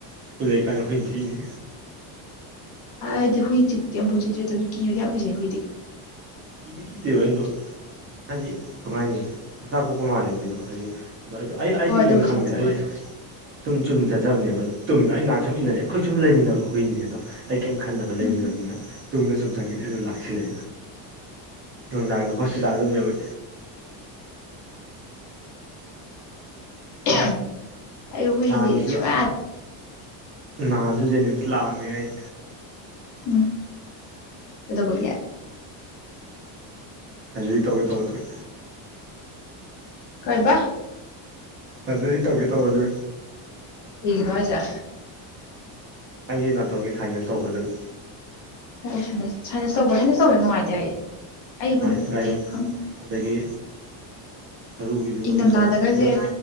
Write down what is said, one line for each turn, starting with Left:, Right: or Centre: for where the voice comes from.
Right: ꯁ꯭ꯀꯨꯜ ꯂꯩ ꯀꯥꯟꯗ ꯍꯨꯏꯅ ꯊꯤꯏꯅꯤ
Left: ꯑꯩꯗꯤ ꯍꯨꯏꯆꯤꯛ ꯑꯝꯕꯨ ꯆꯤꯛꯇ꯭ꯔꯤ ꯑꯗꯨꯁꯨ ꯀꯤꯕꯗꯤ ꯌꯥꯝ ꯀꯤꯖꯩ ꯍꯨꯏꯗꯤ
Right: ꯀꯤꯗꯤ ꯀꯤꯗꯦꯕ ꯑꯗꯣ ꯍꯥꯏꯗꯤ ꯀꯃꯥꯏꯅꯤ ꯃꯆꯥ ꯀꯣꯛꯄ ꯃꯥꯜꯂꯦꯕꯣꯏꯗꯣ ꯍꯥꯏꯗꯤ ꯑꯗꯣ ꯑꯩꯗꯣ ꯑꯩ ꯑꯩꯗꯤ
Left: ꯍꯣꯏ
Right: ꯀꯔꯤꯝ
Left: ꯑꯗꯨꯕꯨꯗꯤ
Right: ꯈꯪꯗꯦ
Left: ꯁꯥꯊꯤꯕꯅꯤ
Right: ꯑꯩ ꯁꯨꯝ ꯆꯨꯝ ꯆꯠꯆꯕꯅꯦꯕ ꯇꯨꯡꯗ ꯑꯩ ꯉꯍꯥꯛ ꯁꯨꯝ ꯏꯟꯅꯔꯑꯦ ꯑꯩꯈꯣꯏ ꯁꯨꯝ ꯂꯩꯃꯤꯟꯅꯕ ꯍꯨꯏꯅꯦ ꯑꯗꯣ ꯑꯩ ꯀꯔꯤꯝ ꯈꯟꯅꯕ ꯂꯩꯃꯤꯟꯅꯕꯅꯤꯅ
Left: ꯎꯝ
Right: ꯇꯨꯡꯗ ꯁꯨꯝ ꯆꯪꯁꯤꯜꯂꯤꯑꯦ ꯑꯗꯨ ꯂꯥꯛꯁꯤꯜꯂ ꯅꯨꯡꯗꯥꯡꯗ ꯍꯣꯁꯄꯤꯇꯥꯜ ꯑꯗꯨꯝ ꯌꯧ ꯏ
Left: <unintelligible> ꯑꯩ ꯍꯨꯏꯁꯦ
Right: ꯅꯍꯥꯟꯁꯨ
Left: ꯁꯨꯡꯌꯥ
Right: ꯅꯍꯥꯟꯁꯨ ꯖꯦꯅꯤꯝꯁ ꯂꯥꯛꯑꯝꯃꯤ ꯑꯩ
Left: ꯎꯝ ꯀꯗꯣꯕꯒꯤ
Right: ꯁꯔꯖꯔꯤ ꯇꯧꯒꯦ ꯇꯧꯕ ꯑꯗꯨꯏ
Left: ꯀꯥꯏ ꯕ
Right: ꯁꯔꯖꯔꯤ ꯇꯧꯒꯦ ꯇꯧꯕ ꯑꯗꯨ
Left: ꯀꯩꯒꯤꯅꯣ ꯍꯥꯏꯖꯦ
Right: ꯑꯩꯒꯤ ꯅꯥꯇꯣꯟꯒꯤ ꯁꯥꯏꯟꯁ ꯇꯧꯕ ꯑꯗꯨꯒ
Left: ꯑꯣ ꯁꯅ ꯁꯥꯏꯅꯁ ꯇꯧꯕ꯭ꯔꯣ ꯁꯥꯏꯅꯁ ꯇꯧꯁꯦ ꯅꯨꯡꯉꯥꯏꯇꯦ ꯍꯥꯏꯌꯦ ꯑꯩꯕꯨꯗꯤ
Right: ꯍꯣꯏ
Left: ꯇꯧꯗꯦ
Right: ꯔꯥꯏ
Left: ꯈꯪ
Right: ꯑꯗꯒꯤ ꯁꯔꯨꯒꯤꯁꯨ
Left: ꯏꯪꯊꯝꯊꯥꯗꯒꯁꯦ
Right: ꯑꯗꯨꯒ ꯄꯨꯂꯞ